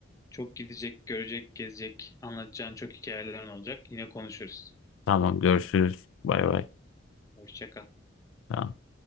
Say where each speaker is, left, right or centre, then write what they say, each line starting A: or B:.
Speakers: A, on the left; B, on the left.
A: çok gidecek, görecek, gezecek, anlatacağın çok hikayelerin olacak. Yine konuşuruz.
B: Tamam, görüşürüz. Bay bay.
A: Hoşça kal.
B: Tamam.